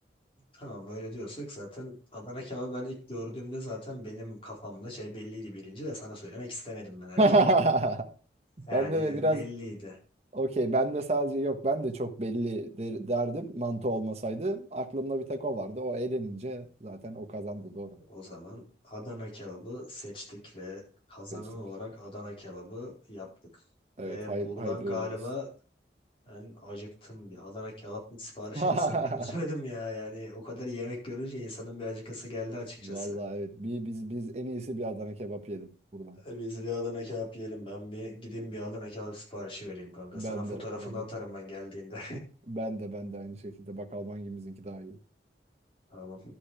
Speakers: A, on the left; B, on the right.
A: Tamam öyle diyorsak zaten Adana kebabı ben ilk gördüğümde zaten benim kafamda şey belliydi birinci de sana söylemek istemedim ben erken.
B: <laughs>
A: Yani
B: Ben de biraz
A: belliydi.
B: okey. Ben de sadece yok. Ben de çok belli der- derdim mantı olmasaydı. Aklımda bir tek o vardı. O eğlenince zaten o kazandı doğru.
A: O zaman Adana kebabı seçtik ve kazanan
B: Seçtik.
A: olarak Adana kebabı yaptık.
B: Evet
A: Ve
B: hay
A: buradan
B: hayırlı
A: galiba
B: uğurlu olsun.
A: Ben acıktım. Bir Adana kebap mı sipariş
B: <laughs>
A: etsem çözemedim ya. Yani o kadar yemek görünce insanın bir acıkası geldi açıkçası.
B: Vallahi evet. Bir, biz biz en iyisi bir Adana kebap yiyelim buradan.
A: E, Biz bir Adana kebap yiyelim. Ben bir gideyim bir Adana kebap siparişi vereyim kanka.
B: Ben
A: Sana fotoğrafını
B: de ben
A: atarım
B: de.
A: ben geldiğinde.
B: Ben de ben de aynı şekilde. Bak Alman gemizinki daha iyi.
A: <laughs> Tamam.